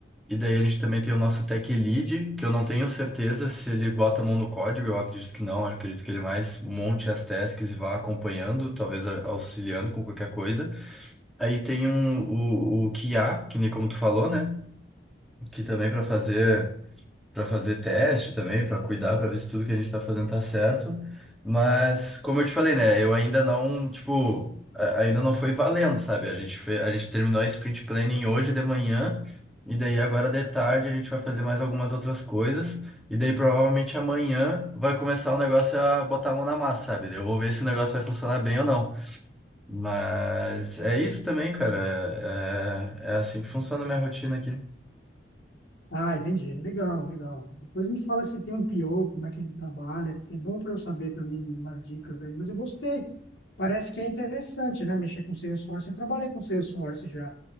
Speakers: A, in the centre; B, on the left.
A: E daí a gente também tem o nosso tech lead, que eu não tenho certeza se ele bota a mão no código, eu acredito que não, eu acredito que ele mais monte as tasks e vá acompanhando, talvez a- auxiliando com qualquer coisa. Aí tem um, o, o QA, que nem como tu falou, né? Que também para fazer para fazer teste também, para cuidar, para ver se tudo que a gente tá fazendo tá certo. Mas, como eu te falei, né, eu ainda não, tipo, a- ainda não foi valendo, sabe? A gente fe- a gente terminou a sprint planning hoje de manhã, e daí agora de tarde a gente vai fazer mais algumas outras coisas, e daí provavelmente amanhã vai começar o negócio a botar a mão na massa, sabe? Eu vou ver se o negócio vai funcionar bem ou não. Mas é isso também, cara. É, é é assim que funciona a minha rotina aqui.
B: Ah, entendi. Legal, legal. Depois me fala se tem um PO, como é que ele trabalha, porque é bom para eu saber também umas dicas aí. Mas eu gostei. Parece que é interessante, né, mexer com Salesforce. Eu trabalhei com Salesforce já.